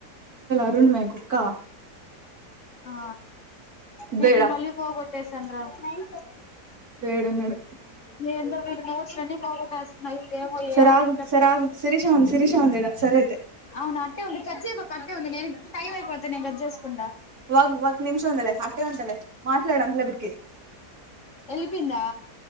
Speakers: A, on the right (about 60°); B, on the left (about 50°).
A: అరుణ్మేక్క
B: ఆ
A: ఇద్దో
B: విద్ధి
A: ఈడ
B: మళ్లిపోగొట్టేసాన్రా న స
A: ఏడున్నాడు
B: ఎందో వీడు నోట్స్ లన్ని బాగొట్టేస్తున్నాయి ఏమో
A: సరే
B: ఏమనట్లే
A: ఆగు సరే ఆగు శిరీష ఉంది శిరీష ఉంది ఈడ సరే అయితే
B: అవును అట్టె ఉంది కచ్చే అ ఉంది నేను టైం అయిపోతది నేను గది చేసుకుండా
A: ఒక్ ఒక నిమిషం ఉందిలే అట్టే వంటదిలే మాట్లాడంతలపటికి
B: ఎళ్లి పోయిందా